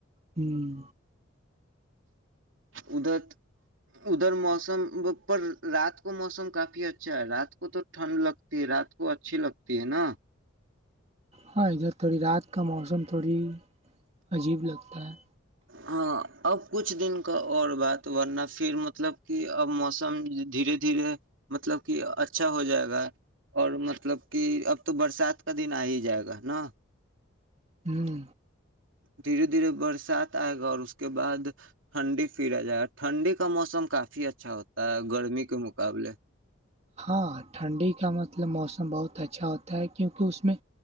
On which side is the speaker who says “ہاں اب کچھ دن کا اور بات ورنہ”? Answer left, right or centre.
Right